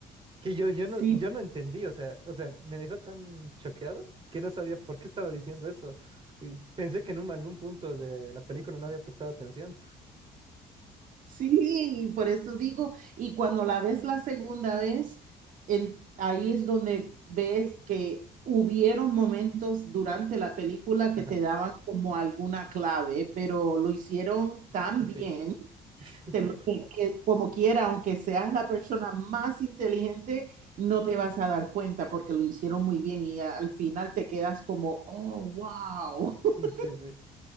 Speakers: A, on the right (about 35°); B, on the right (about 65°).
A: que yo, yo
B: Sí,
A: no, yo no entendí, o sea, o sea, me dejó tan choqueado que no sabía por qué estaba diciendo eso. Y Pensé que en un- algún punto de la película no había prestado atención.
B: sí, por eso digo, y cuando la ves la segunda vez, el- ahí es donde ves que hubieron momentos durante la película que
A: Ajá,
B: te daban como alguna clave, pero lo hicieron tan
A: sutil.
B: bien,
A: <laughs>
B: te lo- que, que como quiera, aunque seas la persona más inteligente, no te vas a dar cuenta porque lo hicieron muy bien y al final te quedas como, oh, wow, <laughs>
A: Sí, sí.